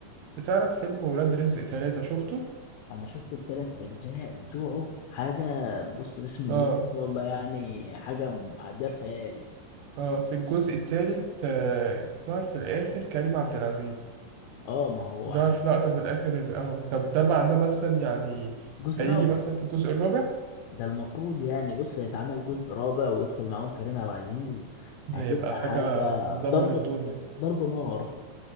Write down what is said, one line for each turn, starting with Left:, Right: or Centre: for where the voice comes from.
Right: بتعرف فيلم ولاد رزق تلاتة شفته؟
Left: انا شفت التلات اجزاء بتوعه حاجه بص بسم الله
Right: أه
Left: ما شاء الله يعني حاجه معديه الخيال
Right: أه في الجزء التالت آه، ظهر في الآخر كريم عبد العزيز
Left: اه ما هو
Right: ظهر
Left: عشان
Right: في لقطة
Left: كده
Right: في الآخر إن أه طب ده معناه مثلا يعني
Left: جزء
Right: هيجي
Left: رابع
Right: مثلا في الجزء الرابع؟
Left: ده المفروض يعني بص هيتعمل جزء رابع ويدخل معاهم كريم عبد العزيز
Right: ده
Left: هتبقى
Right: هيبقى
Left: حاجه
Right: حاجة هندمر
Left: ضرب
Right: الدنيا
Left: ضرب نار